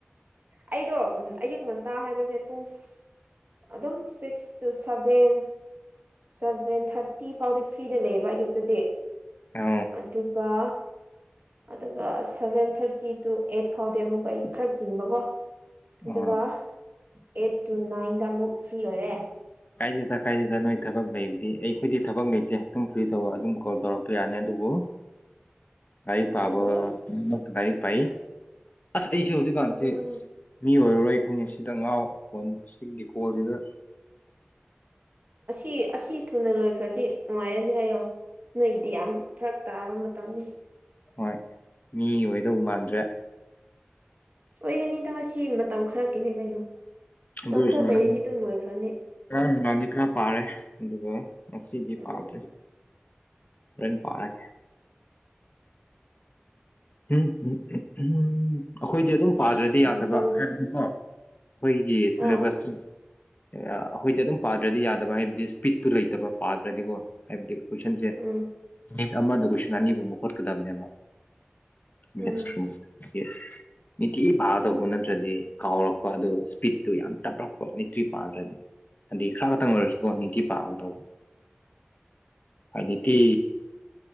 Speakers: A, on the right; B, on the left.
A: ꯑꯩꯗꯣ ꯎꯝ ꯑꯌꯨꯛ ꯉꯟꯇꯥ ꯍꯥꯏꯕꯁꯦ ꯄꯨꯡ ꯁ ꯑꯗꯨꯝ six two seven seven thirty ꯐꯥꯎꯗꯤ ꯐ꯭ꯔꯤꯗ ꯂꯩꯌꯦꯕ ꯑꯌꯨꯛꯇꯗꯤ
B: ꯑ
A: ꯑꯗꯨꯒ ꯑꯗꯨꯒ ꯁꯚꯦꯟ ꯊꯥꯔꯇꯤ ꯇꯨ ꯑꯩꯠ ꯐꯥꯎꯗꯤ ꯑꯃꯨꯛꯀ ꯑꯩ ꯈꯔ ꯆꯤꯟꯕꯀꯣ ꯑꯗꯨꯒ
B: ꯑ
A: ꯑꯦꯠ ꯇꯨ ꯅꯥꯏꯟꯗ ꯑꯃꯨꯛ ꯐ꯭ꯔꯤ ꯑꯣꯏꯔꯦ
B: ꯗꯦꯗ ꯀꯥꯏꯗꯦꯗ ꯅꯣꯏ ꯊꯕꯛ ꯂꯩꯕꯗꯤ ꯑꯩ ꯈꯣꯏꯗꯤ ꯊꯕꯛ ꯂꯩꯇꯦ꯫ ꯑꯗꯨꯝ ꯐ꯭ꯔꯤ ꯇꯧꯔ ꯑꯗꯨꯝ ꯀꯣꯜ ꯇꯧꯔꯛ ꯄ ꯌꯥꯅꯦ ꯑꯗꯨꯕꯨ ꯂꯥꯏꯔꯤꯛ
A: ꯑꯗꯨꯕꯨ
B: ꯄꯥꯕ ꯎꯝ ꯂꯥꯏꯔꯤꯛ ꯄꯥꯏꯑ ꯄꯁꯥ ꯑꯩꯁꯦ ꯍꯧꯖꯤꯛꯀꯥꯟꯁꯦ
A: ꯎꯝ
B: ꯑꯁ ꯃꯤ ꯑꯣꯏꯔꯔꯣꯏ ꯍꯪꯉꯤꯁꯤꯗ ꯉꯥꯎ ꯐꯣꯟ ꯁꯤꯒꯤ ꯀꯣꯜꯖꯤꯗ
A: ꯑꯁꯤ ꯑꯁꯤ ꯊꯨꯅ ꯂꯣꯏꯈ꯭ꯔꯗꯤ ꯅꯨꯡꯉꯥꯏꯔꯅꯤ ꯍꯥꯏꯌꯣ ꯅꯣꯏꯒꯤꯗꯤ ꯌꯥꯝ ꯐꯔꯛ ꯇꯥꯕ ꯃꯇꯝꯅꯤ
B: ꯍꯣꯏ ꯃꯤ ꯑꯣꯏꯗꯧ ꯃꯥꯟꯗ꯭ꯔꯦ
A: ꯑꯣꯏꯒꯅꯤꯗ ꯁꯤ ꯃꯇꯝ ꯈꯔꯀꯤꯅꯦ ꯀꯩꯅꯣ ꯃꯇꯝ
B: ꯑꯗꯨ ꯑꯣꯌꯁꯨ
A: ꯈꯔ
B: ꯉꯜꯃꯜ
A: ꯂꯩꯔꯗꯤ ꯑꯗꯨꯝ ꯂꯣꯏꯈ꯭ꯔꯅꯤ
B: ꯉꯔꯥꯡ ꯗꯥꯡꯗꯤ ꯈꯔ ꯄꯥꯔꯦ ꯑꯗꯨꯒ ꯉꯁꯤꯗꯤ
A: ꯎꯝ
B: ꯄꯥꯗ꯭ꯔꯤ ꯍꯣꯔꯦꯟ ꯄꯥꯔꯒꯦ ꯎꯝ ꯎꯛ ꯎꯝ ꯎꯝ ꯑꯩꯈꯣꯏꯗꯤ ꯑꯗꯨꯝ
A: ꯏꯁ
B: ꯄꯥꯗ꯭ꯔꯗꯤ
A: ꯎꯝ
B: ꯌꯥꯗꯕ
A: ꯀꯪ
B: ꯍꯥꯏꯕꯅꯤꯀꯣ ꯑꯈꯣꯏꯒꯤ ꯁꯤꯂꯦꯕꯁ
A: ꯑꯥ
B: ꯁꯨ ꯑꯥ ꯑꯩꯈꯣꯏꯗꯤ ꯑꯗꯨꯝ ꯄꯥꯗ꯭ꯔꯗꯤ ꯌꯥꯗꯕ ꯍꯥꯏꯕꯗꯤ ꯏꯁꯄꯤꯠꯇꯨ ꯂꯩꯇꯕ ꯄꯥꯗ꯭ꯔꯗꯤꯀꯣ ꯍꯥꯏꯕꯗꯤ ꯀꯣꯏꯁꯟꯖꯦ
A: ꯎꯝ
B: ꯅꯨꯃꯤꯠ ꯑꯃꯗ ꯀꯣꯏꯁꯟ ꯑꯅꯤꯒꯨꯝꯕ ꯍꯣꯠꯀꯗꯕꯅꯦꯕ ꯃꯁ
A: ꯎꯝ
B: <unintelligible> ꯅꯤꯇꯤ ꯄꯥꯗꯧꯕ ꯅꯠꯇ꯭ꯔꯗꯤ ꯀꯥꯎꯔꯛꯄ ꯑꯗꯨ ꯏꯁꯄꯤꯠꯇꯨ ꯌꯥꯝ ꯇꯞꯂꯛꯄ ꯅꯤꯇꯤ ꯄꯥꯗ꯭ꯔꯗꯤ ꯍꯥꯏꯗꯤ ꯈꯔꯇꯪ ꯑꯣꯏꯔꯁꯨꯀꯣ ꯅꯤꯇꯤ ꯄꯥꯒꯇꯧꯕ ꯎꯄꯥꯏ ꯂꯩꯇꯦ